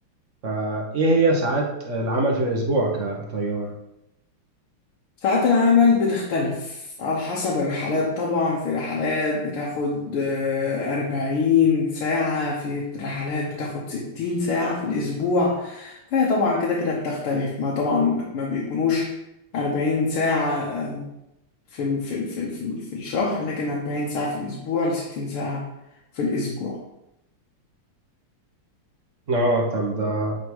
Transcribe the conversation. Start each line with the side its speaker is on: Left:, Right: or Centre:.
Right: فايه هي ساعات العمل في الاسبوع كطيار
Left: ساعات العمل بتختلف على حسب الرحلات طبعا في رحلات بتاخد آه، أربعين ساعة في رحلات بتاخد ستين ساعة في الأسبوع فهي طبعا كده كده بتختلف ما طبعا ما بيكونوش أربعين ساعة آه، في ال- في ال- في ال- في ال- في الشهر لكن أربعين ساعة في الأسبوع لستين ساعة في الأسبوع
Right: اه طب ده